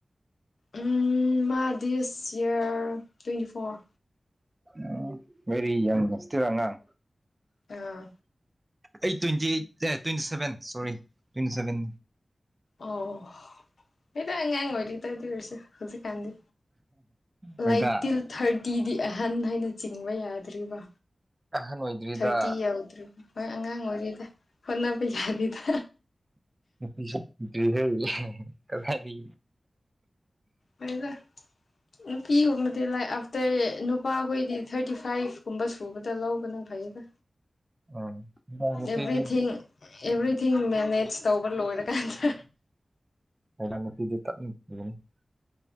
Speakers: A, on the left; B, on the right.
A: ꯎꯝ ꯃꯥ ꯗꯤꯁ ꯏꯌꯔ ꯇ꯭ꯋꯦꯟꯇꯤ ꯐꯣꯔ
B: ꯑꯣ ꯕꯦꯔꯤ ꯌꯥꯡ ꯍ‌ꯣꯁꯇ‌ꯦꯜ ꯑꯉꯥꯡ
A: ꯑꯥ
B: ꯑꯩ ꯇ꯭ꯋꯦꯟꯇꯤꯑꯩꯠ ꯑꯥ ꯇ꯭ꯋꯦꯟꯇꯤ ꯁꯚꯦꯟ ꯁꯣꯔꯤ ꯇ꯭ꯋꯦꯟꯇꯤꯁꯚꯦꯟ
A: ꯑꯣ ꯍ‌ꯦꯛꯗ ꯑꯉꯥꯡ ꯑꯣꯏꯔꯤꯗ ꯗꯨꯑꯣꯔꯁꯨ ꯍꯧꯖꯤꯛ ꯀꯥꯟꯗꯤ
B: ꯍꯣꯏꯗ
A: ꯂꯥꯏꯛ ꯇꯤꯜ ꯊꯥꯔꯇꯤꯗꯤ ꯑꯍꯟ ꯍꯥꯏꯅ ꯆꯤꯡꯕ ꯌꯥꯗ꯭ꯔꯤꯕ
B: ꯑꯍꯟ ꯑꯣꯏꯗ꯭ꯔꯤꯗ
A: ꯊꯥꯔꯇꯤ ꯌꯧꯗ꯭ꯔꯣ ꯍꯣꯏ ꯑꯉꯥꯡ ꯑꯣꯏꯔꯤꯗ ꯍꯣꯠꯅꯕ ꯌꯥꯔꯤꯗ
B: <unintelligible> ꯀꯔꯥꯏꯗꯩ
A: ꯍ‌ꯣꯏꯗ ꯅꯨꯄꯤꯒꯨꯝꯕꯗꯤ ꯂꯥꯏꯛ ꯑꯐꯇꯔ ꯅꯨ ꯅꯨꯄꯥꯈꯣꯏꯗꯤ ꯊꯥꯔꯇꯤ ꯐꯥꯏꯚ ꯀꯨꯝꯕ ꯁꯨꯕꯗ ꯂꯧꯕꯅ ꯐꯩꯌꯦꯗ
B: ꯎꯝ ꯅꯨꯄꯤꯗꯤ
A: ꯑꯦꯚ꯭ꯔꯤꯊꯤꯡ ꯑꯦꯚ꯭ꯔꯤꯊꯤꯡ ꯃꯦꯅꯦꯖ ꯇꯧꯕ ꯂꯣꯏꯔꯀꯥꯟꯗ
B: <unintelligible>